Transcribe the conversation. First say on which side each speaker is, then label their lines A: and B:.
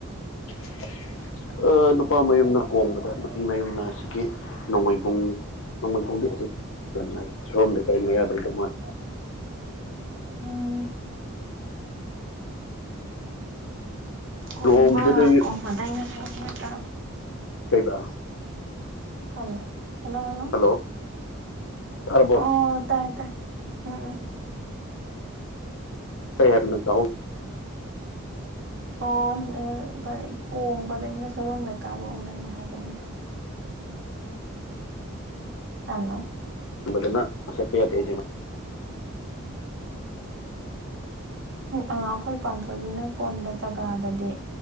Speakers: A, on the left; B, on the right.
A: <unintelligible> ꯅꯨꯄꯥ ꯃꯌꯨꯝꯅ ꯀꯣꯡꯕꯗ ꯅꯨꯄꯤ ꯃꯌꯨꯝꯅ ꯑꯁꯤꯒꯤ ꯅꯣꯡꯃꯩꯕꯨꯡ ꯅꯉꯣꯏ ꯄꯨꯝꯕꯤꯗꯥꯏ ꯁꯣꯔꯣꯝꯗꯩ ꯀꯔꯤ ꯃꯌꯥꯗꯣꯏꯗꯣ ꯃꯥꯜ
B: ꯎꯝ ꯀꯣꯡꯕ
A: ꯂꯨꯍꯣꯡꯕꯗꯨꯗꯤ
B: ꯀꯣꯕꯗꯩꯅ ꯁꯕ ꯇ
A: ꯀꯩꯕ
B: ꯍꯜꯂꯣ ꯍꯜꯂꯣꯍꯜꯂꯣ
A: ꯍꯜꯂꯣ ꯇꯥꯔꯕꯣ
B: ꯑꯣ ꯇꯥꯏ ꯇꯥꯏ ꯎꯝ ꯎꯝ
A: ꯀꯩ ꯍꯥꯏꯕꯅꯣ ꯇꯥꯍꯧ
B: ꯑꯣ ꯀꯔꯤ ꯀꯣꯡꯕꯗꯩꯅ ꯁꯣꯏꯕꯝ ꯂꯩꯀꯥꯏꯕ ꯎꯅꯁꯦ ꯍꯥꯏꯕꯅꯤꯗ ꯍꯜꯂꯣ
A: ꯐꯖꯅ <unintelligible>
B: ꯑꯩꯈꯣꯏ ꯄꯥꯟꯊꯣꯏꯕꯤꯅ ꯀꯣꯟꯕ ꯖꯒꯥꯗꯗꯤ